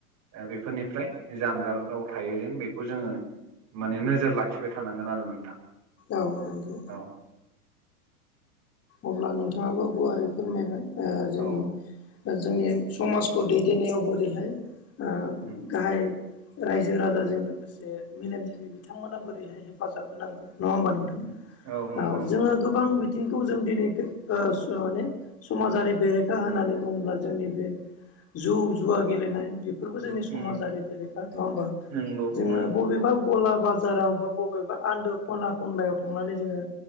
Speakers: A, on the right (about 35°); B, on the left (about 30°).
A: ओ बेफोरनिफ्राय जानगाराव थायो जेन बे खौ जोङो माने नोजोर लाखिबाय थानांगोन आरो नोंथां।
B: औ नंगौ।
A: औ
B: अब्ला नोंथाङाबो गुवारै फोरमायबाय ओ जोंनि
A: औ
B: ओ जोंनि समाजखौ दैदेननायाव बोरैहाय ओ
A: उम।
B: गाहाय रायजो राजाजों लोगोसे मेलेमजिबि बिथांमोना बोरैहाय हेफाजाब होनांगौ नङा होनबा नोंथां
A: उम औ नंगौ
B: ओ
A: नंगौ
B: जोङो गोबां बिथिं खौ जों दिनै ओ सो माने समाजारि बेरेखा होननानै बुङोब्ला जोंनि बे जौ जुवा गेलेनाय बेफोरबो जोंनि समाजारि
A: उम
B: बेरेखा नङा होमबा
A: नंगौ
B: जोङो
A: नंगौ
B: बबेबा गला बाजाराव बा बबेबा आन्दो खना खनलायाव थांनानै जोङो